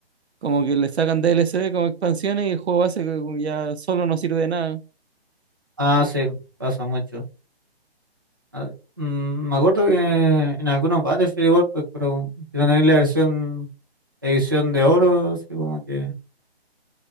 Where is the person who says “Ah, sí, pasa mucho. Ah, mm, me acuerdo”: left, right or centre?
Right